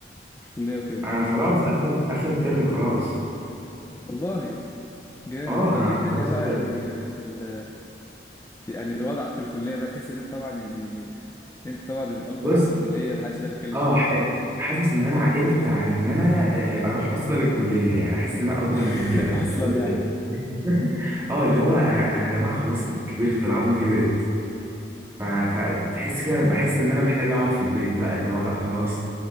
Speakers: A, on the left; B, on the right.
A: في الكلية وكده
B: انا خلاص اخر اخر ترم خلاص
A: والله جامد
B: اه
A: طب
B: انا
A: ايه الدنيا
B: خلاص
A: بقى
B: كده
A: يعني في ال في يعني وضعك في الكلية بقى تحس ان انت طبعا يعني انت طبعا الاب
B: بص
A: الروحي في الكلية محدش يقدر يتكلم
B: اه
A: معاك
B: ح-
A: في الحاجات دي
B: حاسس ان انا عقلت عن ان انا آه، اروح اصلا الكليه يعني حاسس ان انا اكبر
A: <laughs>
B: من كده <laughs> أنا
A: اصلا
B: بقول
A: يعني
B: إيه ده؟ <laughs> اه اللي هو انا انا يا جماعه خلاص كبرت العظمه كبرت ف- فتحس كده بحس ان انا محتاج اقعد في البيت بقى اللي هو لا خلاص